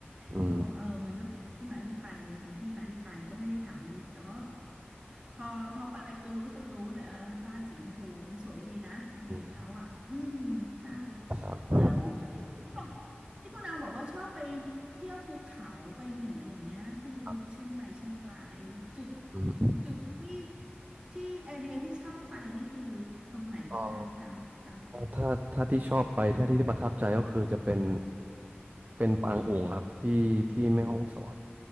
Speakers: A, on the right; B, on the right.
A: อืม
B: เขาบอกเออมันก็เป็นที่มาที่ไปมันมีที่มาที่ไปก็ไม่ได้ถามลึกแต่ว่าพอพอไปตูลูสรู้เลยว่าบ้านสีชมพูมันสวยดีนะจริงๆแล้วอ่ะอืมใช่
A: อืมครับ
B: แล้วที่บอก ที่คุณนางบอกว่าชอบไปเที่ยวภูเขาไปเหนืออย่างเงี้ยคือเชียงใหม่เชียงรายจุด
A: ครับอืม
B: จุดที่ที่แอเรียที่ชอบไปนี่คือตรงไหนบ้างคะตามตาม
A: เอ่อถ้าถ้าถ้าที่ชอบไปที่ที่ประทับใจก็คือจะเป็นเป็นปางอุ๋งครับที่ที่แม่ฮ่องสอน